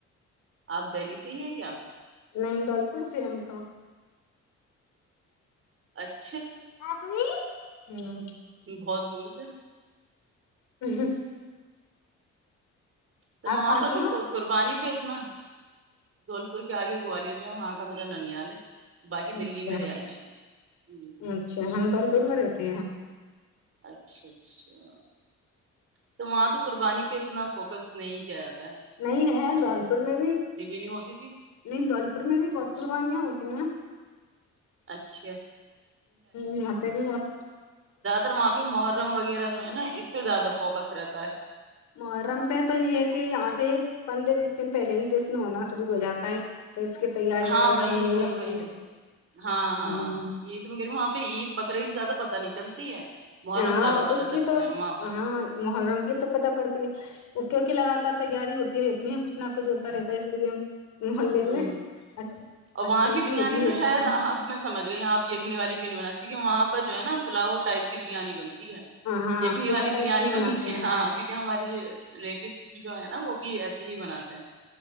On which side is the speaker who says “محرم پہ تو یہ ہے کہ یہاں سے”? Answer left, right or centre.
Left